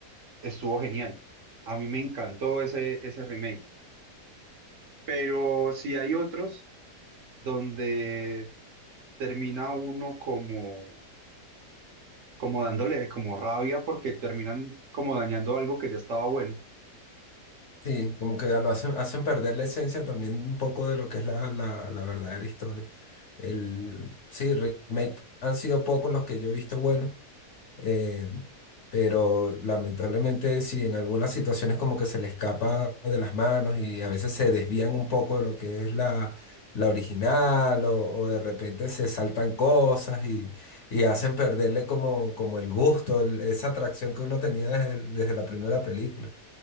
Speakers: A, on the right; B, on the left.
A: estuvo genial. A mí me encantó ese, ese remake. Pero si hay otros donde termina uno como como dándole como rabia porque terminan como dañando algo que ya estaba bueno.
B: Sí, como que lo hacen, hacen perder la esencia también un poco de lo que es la, la, la verdadera historia. El, sí, remake han sido pocos los que yo he visto buenos. Eh, pero lamentablemente sí, en algunas situaciones como que se le escapa de las manos y a veces se desvían un poco de lo que es la, la original o, o de repente se saltan cosas y, y hacen perderle como, como el gusto, el- esa atracción que uno tenía desde, desde la primera película,